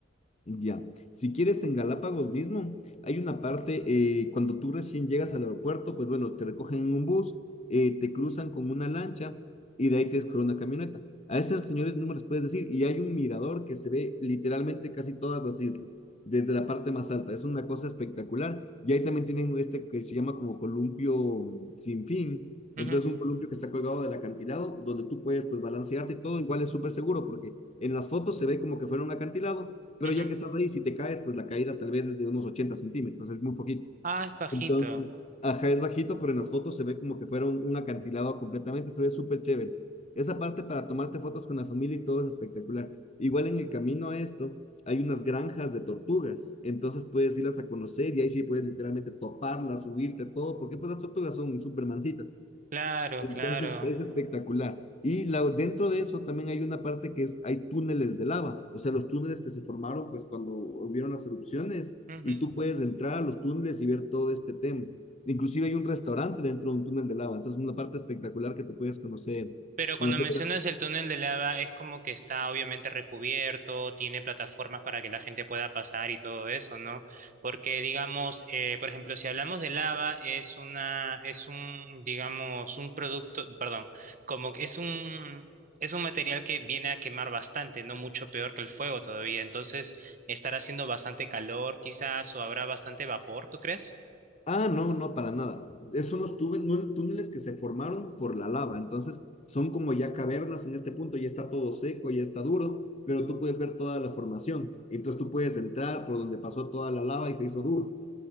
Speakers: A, on the left (about 30°); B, on the right (about 40°).
A: Ya, si quieres en Galápagos mismo, hay una parte, eh, cuando tú recién llegas al aeropuerto, pues bueno, te recogen en un bus, eh, te cruzan con una lancha y de ahí te escogen una camioneta. A esos señores no me les puedes decir, y hay un mirador que se ve literalmente casi todas las islas, desde la parte más alta, es una cosa espectacular. Y ahí también tienen este que se llama como columpio sin fin,
B: Ujú,
A: entonces un columpio que está colgado del acantilado, donde tú puedes pues balancearte y todo, igual es súper seguro, porque en las fotos se ve como que fuera un acantilado pero
B: ujú.
A: ya que estás ahí, si te caes, pues la caída tal vez es de unos 80 centímetros, es muy poquito.
B: Ah, es bajito.
A: Entonces, ajá, es bajito, pero en las fotos se ve como que fuera un, un acantilado completamente, se ve súper chévere. Esa parte para tomarte fotos con la familia y todo es espectacular. Igual en el camino a esto, hay unas granjas de tortugas, entonces puedes irlas a conocer y ahí sí puedes literalmente toparlas, subirte, todo, porque pues las tortugas son súper mansitas
B: Claro,
A: entonces
B: claro.
A: es espectacular. Y la, dentro de eso también hay una parte que es, hay túneles de lava, o sea, los túneles que se formaron pues cuando hubieron las erupciones
B: Ujú.
A: y tú puedes entrar a los túneles y ver todo este tema. Inclusive hay un restaurante dentro de un túnel de lava, entonces una parte espectacular que tú puedes conocer,
B: Pero cuando
A: conocer
B: mencionas el túnel de lava, es como que está obviamente recubierto, tiene plataformas para que la gente pueda pasar y todo eso, ¿no? Porque, digamos, eh, por ejemplo, si hablamos de lava, es una, es un, digamos, un producto, perdón, como que es un, es un material que viene a quemar bastante, no mucho peor que el fuego todavía. Entonces, estará haciendo bastante calor, quizás, o habrá bastante vapor, ¿tú crees?
A: Ah, no, no, para nada. Eh, Son los tuve- nú- túneles que se formaron por la lava. Entonces, son como ya cavernas en este punto, ya está todo seco, ya está duro, pero tú puedes ver toda la formación. Entonces, tú puedes entrar por donde pasó toda la lava y se hizo duro.